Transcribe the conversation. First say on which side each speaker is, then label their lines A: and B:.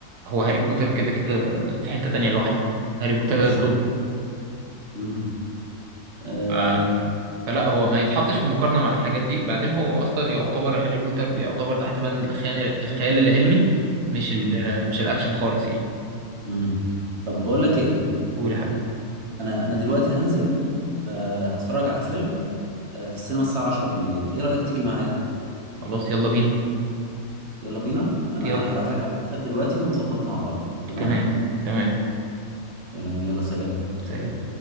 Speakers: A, on the right; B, on the right.
A: هو هاري بوتر كده كده في حتة تانية لوحده هاري بوتر
B: بالظبط
A: ده التوب
B: مهم. آه...
A: آه، فلا هو ما يتحطش في مقارنة مع الحاجات دي بعدين هو أصلا يعتبر هاري بوتر بيعتبر تحت بند الخيال الخيال العلمي مش ال
B: مهم.
A: مش الأكشن خالص يعني
B: مهم. طب بقول لك ايه
A: قول يا حبيبي
B: انا انا دلوقتي هنزل آه... هتفرج على فيلم آه... في السينما الساعه 10 بالليل ايه رايك تيجي معايا
A: خلاص يلا بينا
B: يلا بينا انا
A: يلا
B: هبعت لك على الواتساب دلوقتي ونظبط مع بعض تمام
A: تمام تمام
B: تمام يلا سلام
A: سلام